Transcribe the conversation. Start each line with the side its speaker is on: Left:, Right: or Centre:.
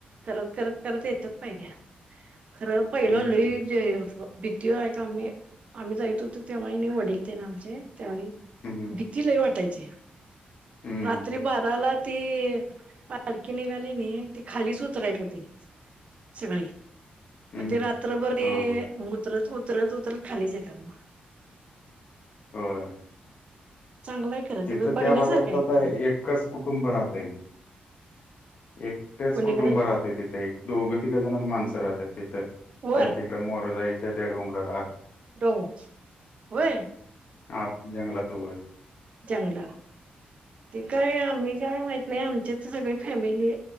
Right: करत करत करत येतात पायऱ्या. खरं पहिलं
Left: हम्म
Right: लय जे असं‌ किती जायचो आम्ही, आम्ही जायत होतो तेव्हा ही नाही वडील ते ना आमचे त्यावेळी
Left: हम्म
Right: ची लय वाटायची.
Left: हम्म
Right: रात्री बाराला ते पालखी निघाली नि ते खालीच उतरायचे ते सगळे
Left: हम्म
Right: मग ते रात्रभर हे
Left: हा हा
Right: मग उतरत उतरत उतरत खालीच येतात बघा.
Left: होय.
Right: चांगलंय खरं
Left: तिथं
Right: ते बघण्यासारखं
Left: त्या भागात
Right: आहे
Left: आता
Right: खरं
Left: एकच कुटुंब राहते, एकटेच
Right: पलीकडे
Left: कुटुंब राहते तिथे दोघं तिघं जणच माणसं राहतात तिथं,
Right: वर
Left: त्यात इकडं मोरजाईच्या त्या डोंगराला
Right: डो होय?
Left: आत जंगलात उभं
Right: जंगलात. ते काय, आम्ही काय माहित नाही आमच्याच सगळी फॅमिली